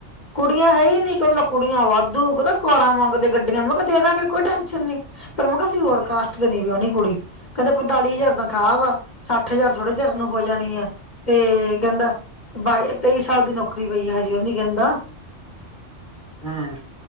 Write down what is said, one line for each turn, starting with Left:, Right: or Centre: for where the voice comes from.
Left: ਕੁੜੀ ਹੈ ਹੀ ਨੀ, ਕਹਿੰਦੇ ਕੁੜੀਆਂ ਵਾਧੂ, ਪਤਾ ਕਾਰਾਂ ਮੰਗਦੇ ਗੱਡੀਆਂ, ਮੈਂ ਕਿਹਾ ਦੇ ਦਵਾਂਗੇ, ਕੋਈ ਟੈਨਸ਼ਨ ਨੀ ਪਰ ਮੈਂ ਕਿਹਾ ਅਸੀਂ ਹੋਰ
Right: ਹੂੰ
Left: ਕਾਸਟ ਤੇ ਨੀ ਵਿਆਉਣੀ ਕੁੜੀ ਕਹਿੰਦੇ ਪੰਤਾਲੀ
Right: ਹੂੰ
Left: ਹਜ਼ਾਰ ਤਨਖਾਹ ਵਾ, ਸੱਠ ਹਜ਼ਾਰ ਥੋੜੇ ਚਿਰ ਨੂੰ ਹੋ ਜਾਣੀ ਆ, ਤੇ ਕਹਿੰਦਾ ਬਾਈ ਤੇਈ ਸਾਲ ਦੀ ਨੌਕਰੀ ਪਈ ਹੈ, ਹਜੇ ਉਹਦੀ ਕਹਿੰਦਾ
Right: ਹੂੰ